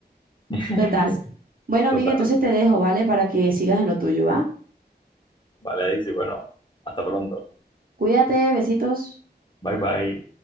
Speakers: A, on the right (about 55°); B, on the left (about 25°).
A: <laughs>
B: <laughs>
A: Total. Bueno, amiga,
B: Total,
A: entonces te dejo, ¿vale? Para que sigas en lo tuyo, ¿va?
B: vale, dice, bueno, hasta pronto.
A: Cuídate, besitos.
B: Bye, bye.